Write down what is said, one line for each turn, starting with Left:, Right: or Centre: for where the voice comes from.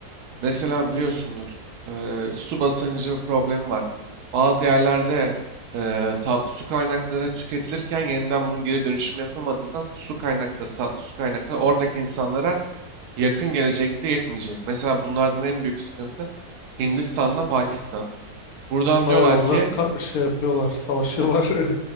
Right: Mesela biliyorsundur, eee, su basıncı problemi var. Bazı yerlerde eee, tatlı su kaynakları tüketilirken yeniden bunun geri dönüşüm yapılmadığından su kaynakları, tatlı su kaynakları oradaki insanlara yakın gelecekte yetmeyecek. Mesela bunlardan en büyük sıkıntı Hindistan'la Pakistan. Buradan
Left: Ay,
Right: diyorlar
Left: orada
Right: ki,
Left: ka- şey yapıyorlar, savaşıyorlar.
Right: e,
Left: <laughs>